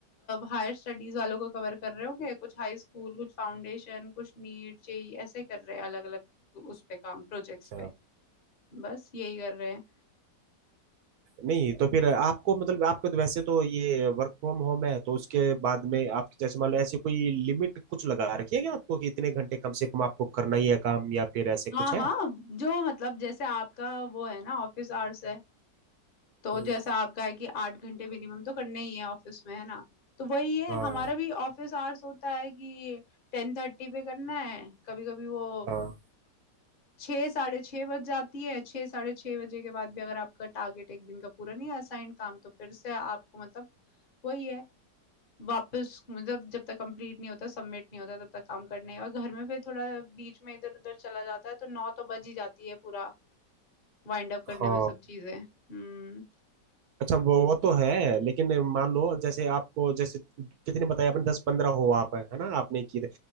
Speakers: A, on the left; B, on the right.
A: हायर स्टडीज वालों को कवर कर रहे होंगे कुछ हाई स्कूल कुछ फाउंडेशन कुछ नीट जेई ऐसे कर रहे हैं अलग अलग उस पे काम प्रोजेक्ट्स
B: अच्छा
A: पे बस यही कर रहे हैं
B: नहीं तो फिर आपको मतलब आपको तो वैसे तो ये वर्क फ्रॉम होम है तो उसके बाद में आप जैसे मान लो ऐसे कोई लिमिट कुछ लगा रखी है क्या आपको कि इतने घंटे कम से कम आपको करना ही है काम या फिर ऐसे कुछ
A: हाँ हाँ
B: है
A: जो मतलब जैसे आपका वो है ना ऑफिस आवर्स है तो
B: हम्म,
A: जैसा आपका है कि आठ घंटे मिनिमम तो करने ही है ऑफिस में है ना तो वही है
B: हाँ
A: हमारा भी ऑफिस आवर्स होता है कि टेन थर्टी पे करना है कभी कभी वो
B: हाँ
A: छः साढ़े छः बज जाती है छः साढ़े छः बजे के बाद भी अगर आपका टारगेट एक दिन का पूरा नहीं असाइन काम तो फिर से आपको मतलब वही है वापस मतलब जब तक कंप्लीट नहीं होता सबमिट नहीं होता तब तक काम करने हैं। और घर में फिर थोड़ा बीच में इधर उधर चला जाता है तो नौ तो बज ही जाती है पूरा वाइंड अप करने
B: हाँ
A: में सब चीजें हम्म
B: अच्छा वो वो तो है लेकिन मान लो जैसे आपको जैसे कितने बताए आपने दस पंद्रह हो आप है ना आपने किए थे